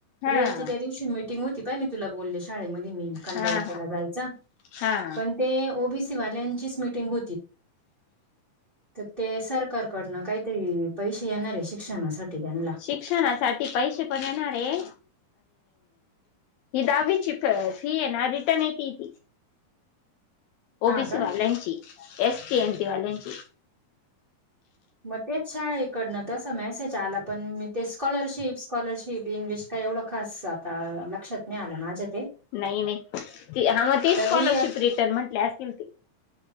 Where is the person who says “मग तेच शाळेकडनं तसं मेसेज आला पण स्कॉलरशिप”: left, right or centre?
Right